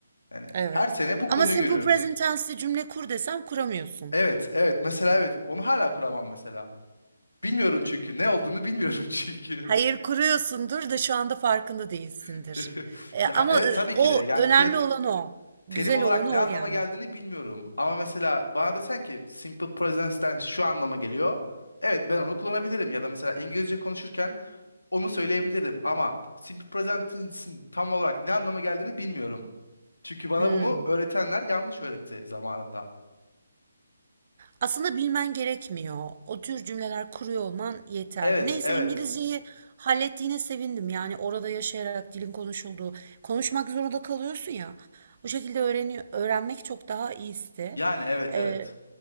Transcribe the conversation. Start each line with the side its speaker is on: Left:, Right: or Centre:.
Left: Yani
Right: evet.
Left: her sene bu
Right: Ama
Left: konuyu
Right: simple
Left: görüyoruz.
Right: present tense'li cümle kur desem kuramıyorsun.
Left: Evet, evet. Mesela evet. Onu hala kuramam mesela. Bilmiyorum çünkü. Ne olduğunu bilmiyorum <laughs> çünkü.
Right: Hayır kuruyorsundur da şu anda farkında değilsindir.
Left: <laughs>
Right: E,
Left: Ya
Right: ama
Left: ha- evet
Right: e,
Left: tabii
Right: o
Left: ki de. Yani
Right: önemli
Left: te-
Right: olan o.
Left: terim
Right: Güzel
Left: olarak
Right: olan o
Left: ne anlama
Right: yani.
Left: geldiğini bilmiyorum. Ama mesela bana desen ki simple present tense şu anlama geliyor. Evet ben onu kullanabilirim. Ya da mesela İngilizce konuşurken Onu söyleyebilirim ama simple present'in tam olarak ne anlama geldiğini bilmiyorum. Çünkü bana
Right: Hmm.
Left: bunu öğretenler yanlış öğretti zamanında.
Right: Aslında bilmen gerekmiyor. O tür cümleler kuruyor olman yeterli.
Left: Evet,
Right: Neyse
Left: evet.
Right: İngilizceyi hallettiğine sevindim. Yani orada yaşayarak dilin konuşulduğu, konuşmak zorunda kalıyorsun ya. Bu şekilde öğreniyor, öğrenmek çok daha iyisi.
Left: Yani evet,
Right: Ee,
Left: evet.